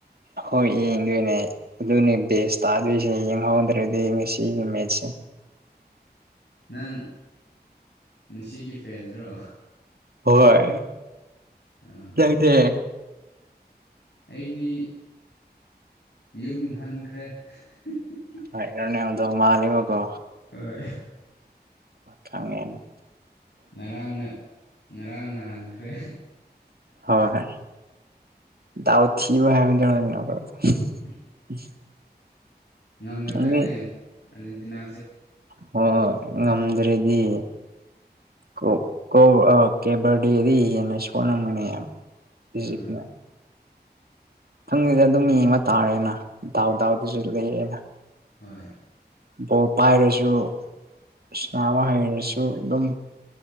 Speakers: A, on the right (about 65°); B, on the left (about 85°).
A: ꯍꯣꯏ ꯌꯦꯡꯗꯣꯏꯅꯦ ꯑꯗꯨꯅꯦ ꯕꯦꯁ ꯇꯥꯗꯣꯏꯁꯦ ꯌꯦꯡꯍꯧꯗ꯭ꯔꯗꯤ ꯉꯁꯤꯒꯤ ꯃꯦꯠꯁꯦ
B: ꯅꯪ ꯉꯁꯤꯒꯤ ꯐꯦꯟꯁꯔꯣ
A: ꯍꯣꯏ
B: ꯑꯥ
A: ꯅꯪꯗꯤ
B: ꯑꯩꯗꯤ ꯌꯨꯝ ꯍꯟꯈ꯭ꯔꯦ <unintelligible>
A: ꯍꯣꯢ ꯔꯣꯅꯥꯜꯗꯣ ꯃꯟꯂꯦꯕꯀꯣ
B: ꯍꯣꯏ
A: ꯈꯪꯉꯦ
B: ꯉꯔꯥꯡꯅ ꯉꯔꯥꯡ ꯅ ꯍꯟꯈ꯭ꯔꯦ
A: ꯍꯣꯏ ꯍꯣꯢ ꯗꯥꯎ ꯊꯤꯕ ꯍꯥꯏꯕꯗꯨ <unintelligible>
B: ꯎꯝ
A: <unintelligible>
B: ꯉꯝꯒꯗ꯭ꯔꯅꯦ
A: ꯅꯪꯗꯤ
B: ꯑꯥꯔꯖꯦꯟꯇꯤꯅꯥ
A: ꯍꯣꯏ ꯉꯝꯗ꯭ꯔꯗꯤ ꯀꯣ ꯀꯧ ꯀꯦꯕꯔꯗꯤ ꯍꯦꯟꯅ ꯁꯣꯟꯂꯝꯒꯅꯦ
B: ꯑꯥ
A: ꯢꯖꯤꯞꯅ ꯈꯪꯗꯦꯗ ꯑꯗꯨꯝ ꯌꯦꯡꯕ ꯇꯥꯔꯦꯅ ꯗꯥꯎ ꯗꯥꯎꯗꯨꯁꯨ ꯂꯩꯌꯦꯅ
B: ꯍꯣꯏ
A: ꯕꯣꯜ ꯄꯥꯏꯔꯁꯨ ꯏꯁꯅꯥ ꯑꯃ ꯍꯩꯔꯁꯨ ꯑꯗꯨꯝ